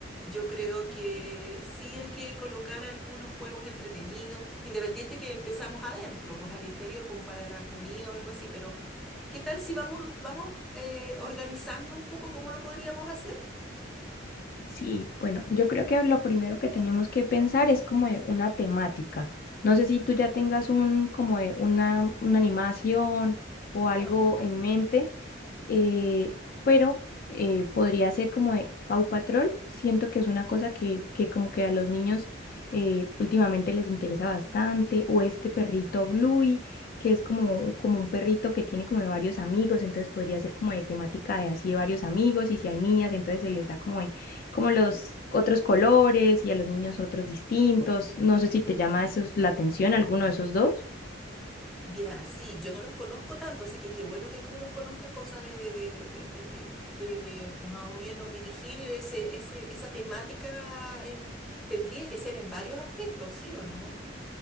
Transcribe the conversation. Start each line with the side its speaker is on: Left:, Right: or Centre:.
Centre: yo creo que sí hay que colocar algunos juegos entretenidos, independiente que empezamos adentro, pues al interior, como para la comida o algo así, pero ¿qué tal si vamos, vamos eh, organizando un poco cómo lo podríamos hacer?
Left: Sí, bueno, yo creo que lo primero que tenemos que pensar es como de una temática. No sé si tú ya tengas un como de una, una animación
Centre: no
Left: o algo en mente, eh, pero eh, podría ser como de Paw Patrol. Siento que es una cosa que, que como que a los niños eh, últimamente les interesa bastante, o este perrito Bluey, que es como, como un perrito que tiene como de varios amigos, entonces podría ser como de temática de así de varios amigos, y si hay niñas, entonces se les da como, de- como los otros colores y a los niños otros distintos. No sé si te llama eso la atención, alguno de esos dos.
Centre: Ya, sí, yo no los conozco tanto, así que qué bueno que tú los conozcas, cosa de, de, de, de, de, de- de- de más o menos dirigir ese, ese, esa temática en, tendría que ser en varios aspectos, ¿sí o no?